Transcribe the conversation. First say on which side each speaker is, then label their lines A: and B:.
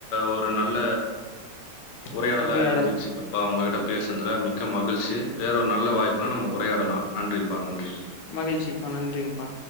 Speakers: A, on the left; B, on the left.
A: ஒரு நல்ல உரையாடலா
B: உரையாடல்
A: இருந்துச்சுங்கப்பா உங்ககிட்ட பேசுனதுல மிக்க மகிழ்ச்சி வேற ஒரு நல்ல வாய்ப்புனா நம்ம உரையாடலா நன்றிப்பா நன்றி
B: மகிழ்ச்சிப்பா நன்றிங்ப்பா